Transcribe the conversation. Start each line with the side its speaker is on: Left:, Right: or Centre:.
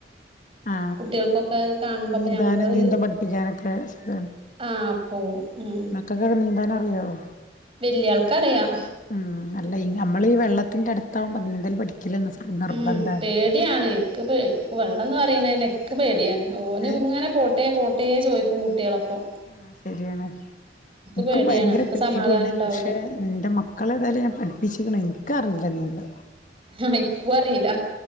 Left: ആ
Right: കുട്ടികൾക്കൊക്കെ കാണുമ്പോപ്പൊ
Left: നീന്താനും
Right: ഞമ്മളൊരു
Left: നീന്തം പഠിപ്പിക്കാനൊക്കെ സുഖാണ്
Right: ആ അപ്പോ ഉം
Left: മക്കൾക്കൊക്കെ <unintelligible>
Right: വല്യ ആൾക്കറിയാം
Left: മം അല്ല നമ്മള് ഈ വെള്ളത്തിന്റെ അടുത്താവുമ്പോ നീന്തൽ പഠിക്കല്ല് നിർബന്ധാണ്
Right: ഉം പേടിയാണ് ഇക്ക് വെള്ളന്ന് പറയുന്ന തന്നെ നെക്ക് പേടിയാണ് ഓന്
Left: ഏ
Right: ഇങ്ങനെ പോട്ടേ പോട്ടേ ചോദിക്കും കുട്ടികളോപ്പം
Left: ആ ശരിയാണ് എനിക്കും
Right: പേടിയാണ്
Left: ഭയങ്കര
Right: നമ്മക്ക്
Left: പേടിയാണ്
Right: സമാധാനം ഉണ്ടാവൂല
Left: പക്ഷെ എന്റെ മക്കളെ ഏതായാലും ഞാൻ പഠിപ്പിച്ചിക്കണ് എനിക്കറി - അഞ്ചെണ്ണമൊണ്ട്
Right: എനക്കും അറിയില്ല